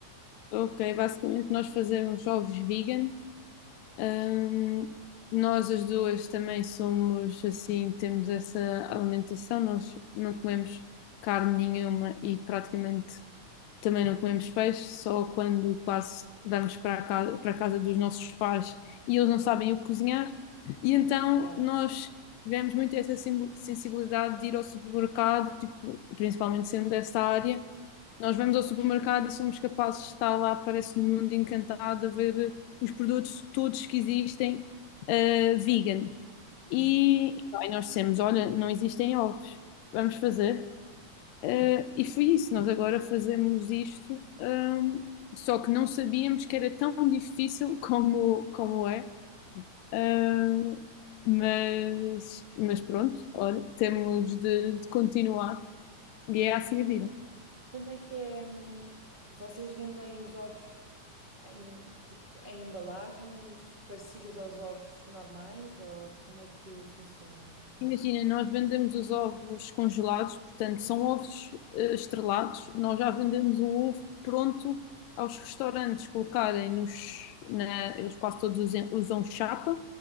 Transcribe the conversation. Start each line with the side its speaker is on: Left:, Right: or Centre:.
Left: ok, basicamente nós fazemos ovos vegan Hum, nós as duas também somos assim, temos essa alimentação, nós não comemos carne nenhuma e praticamente. Também não comemos peixe, só quando quase damos para a casa, para a casa dos nossos pais e eles não sabem o que cozinhar. E então
Right: Yeah.
Left: nós tivemos muito essa sim- sensibilidade de ir ao supermercado, tipo, principalmente sendo desta área. Nós vamos ao supermercado e somos capazes de estar lá, parece no mundo encantado, a ver os produtos todos que existem, eh, vegan.
Right: Hum.
Left: E, e nós dissemos: Olha, não existem ovos, vamos fazer. Eh, e foi isso, nós agora fazemos isto, ahm, só que não sabíamos que era tão difícil <laughs> como, como é. Ah, mas, mas pronto, olha, temos de, de continuar e é assim a vida.
Right: Como é que é? hum, Vocês vendem os ovos em, tipo, em embalagens parecidas aos ovos normais ou como é que funciona?
Left: Imagina, nós vendemos os ovos congelados, portanto, são ovos eh, estrelados. Nós já vendemos o ovo pronto aos restaurantes colocarem nos, na- eles quase todos usem- usam chapa.